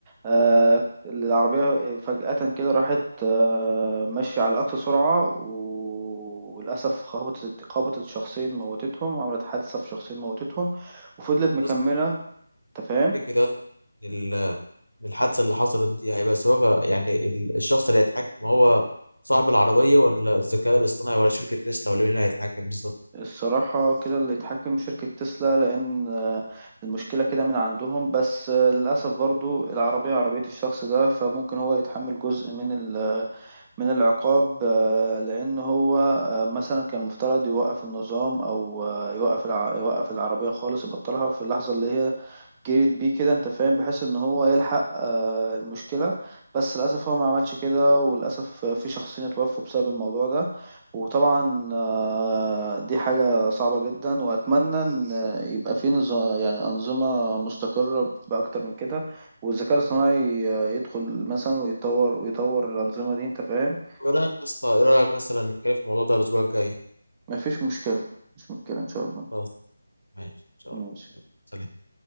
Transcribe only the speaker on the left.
الناس
بتفتكر يا اسطى ان ال- إن الحادثة اللي حصلت دي هيبقى سببها يعني ال- الشخص اللي هيتحكم هو صاحب العربية ولا الذكاء الاصطناعي ولا شركة تسلا ولا مين اللي هيتحكم بالظبط
ايه رأيك يا اسطى ايه رأيك مثلا نتكلم في الموضوع ده الاسبوع الجاي
خلاص ماشي ان شاء
الله سلام